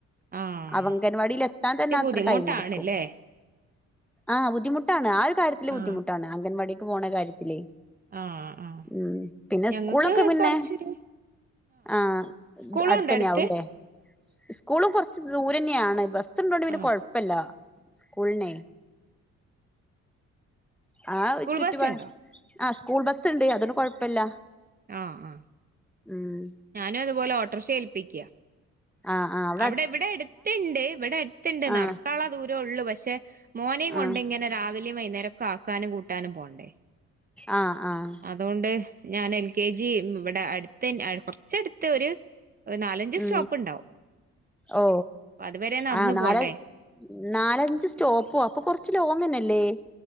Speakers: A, on the right (about 30°); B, in the centre.
A: ആഹ്
B: അവൻഗലവാടീലെത്താൻ
A: ഇച്ചി
B: തന്നെ അത്ര
A: ബുദ്ധിമുട്ടാണ്ല്ലേ
B: ടൈമ്ട്ക്കും ആഹ് ബുദ്ധിമുട്ടാണ് ആ ഒര് കാര്യത്തില് ബുദ്ധിമുട്ടാണ്
A: ആഹ്
B: അംഗൻവാടിക്ക് പോണ കാര്യത്തിലേ
A: ആഹ് ആഹ്
B: ഹ്മ്മ് പിന്നെ
A: ഞങ്ങക്ക്
B: സ്കൂളൊക്കെ പിന്നെ
A: കൊറച്ചൊരു
B: ആഹ്
A: സ്കൂളുണ്ടോ
B: അട്ത്തഞ്ഞാവുലെ
A: അടുത്ത്
B: സ്കൂളും കൊറച്ച് ദൂരന്നെയാണ്, ബസ്സ് ഇണ്ടോണ്ട് പിന്നെ
A: ആഹ്
B: കൊഴപ്പല്ല സ്കൂൾനെ ആഹ്
A: സ്കൂൾ
B: ഒര് ചുറ്റ്പാ
A: ബസ്സുണ്ടോ
B: ആഹ് സ്കൂൾ ബസ്സ്ണ്ട് അതോണ്ട് കൊഴപ്പല്ല
A: ആഹ് ആഹ്
B: ഉം
A: ഞാനും അതുപോലെ ഓട്ടർക്ഷെ ഏൽപ്പിക്കാ
B: ആഹ് ആഹ്
A: അവടെ ഇവടെ എട്ത്ത്ണ്ട് ഇവടെ എട്ത്ത്ണ്ട്
B: ആ
A: നടക്കാള്ള ദൂരൊള്ളു. പക്ഷെ മോനിം കൊണ്ട്
B: ആ
A: ഇങ്ങനെ രാവിലിം വൈകുന്നേരൊക്കെ ആക്കാനും കൂട്ടാനും പോണ്ടേ
B: ആഹ് ആഹ്
A: അതോണ്ട് ഞാൻ എൽ കെ ജി ഹ്മ്മ് ഇവടെ അട്ത്തന്നെ അട് കൊറ്ച്ചട്ത്ത് ഒര് ഒരു നാലഞ്ച്
B: ഉം
A: സ്റ്റോപ്പ്ണ്ടാവും.
B: ഓ
A: അപ്പ അത് വരെ നടന്നു
B: ആ നാല
A: പോണ്ടേ
B: നാലഞ്ച് സ്റ്റോപ്പോ അപ്പ കൊറ്ച്ച് ലോങ്ങഞ്ഞല്ലേ